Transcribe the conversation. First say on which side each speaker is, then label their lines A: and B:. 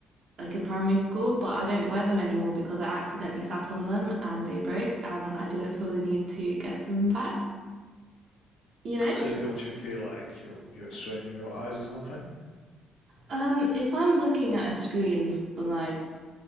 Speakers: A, on the right; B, on the left.
A: like in primary school,
B: wow.
A: but I don't wear them anymore because I accidentally sat on them and they broke, and I didn't feel the need to get them back, you know?
B: So don't you feel like you're you're straining your eyes or something?
A: Um, if I'm looking at a screen for like